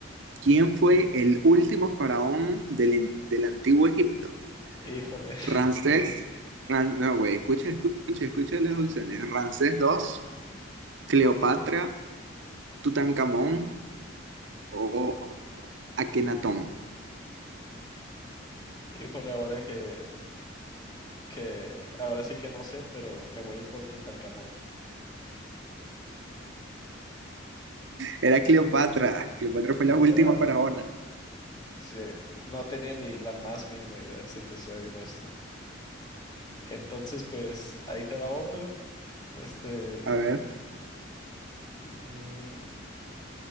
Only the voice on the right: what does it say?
¿Quién fue el último faraón del, del antiguo Egipto?
Ramsés. Ram- no, güey, escucha, escucha, escucha las opciones. Ramsés dos Cleopatra, Tutankamón o Akenatón.
Era Cleopatra. Cleopatra fue la
última
faraona.
A ver,